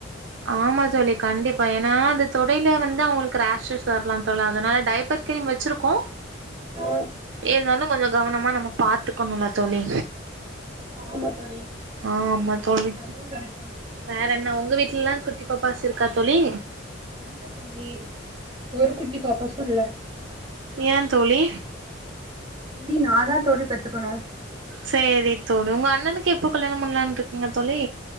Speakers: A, on the right; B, on the right.
A: ஆமா தோழி கண்டிப்பா ஏனா அந்த தொடடைல வந்து அவுங்களுக்கு ரேஷஸ் வர்லாம் தோழி அதனால டையப்பர் கிரீம் வெச்சிருக்கோ
B: ஆ
A: எதானு கொஞ்சோ கவனமா நம்ம பாத்துக்கணும்ல்ல தோழி
B: ஆமா தோழி
A: ஆமா தோழி
B: அதுவும் கரெக்ட்தா
A: வேற என்ன உங்க வீட்ல எல்லா குட்டி பாப்பாஸ் இருக்கா தோழி
B: இல்ல தோழி ஒரு குட்டி பாப்பாசு இல்ல
A: ஏன் தோழி
B: இனி நாதா தோழி பெத்துக்கணு
A: சரி தோழி உங்க அண் ணனுக்கு எப்போ கல்யாணம் பண்ணலான்ற்று நீங்க தோழி